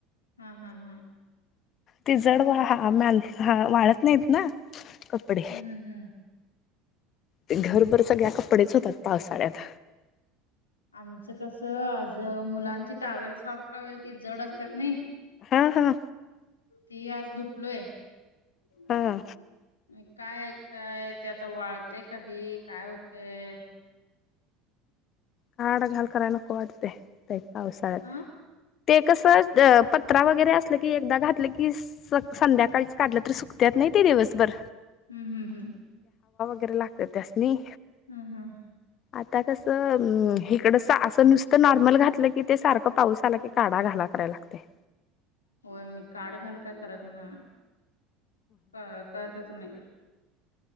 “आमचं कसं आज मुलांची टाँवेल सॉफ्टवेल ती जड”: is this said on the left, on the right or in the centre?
Left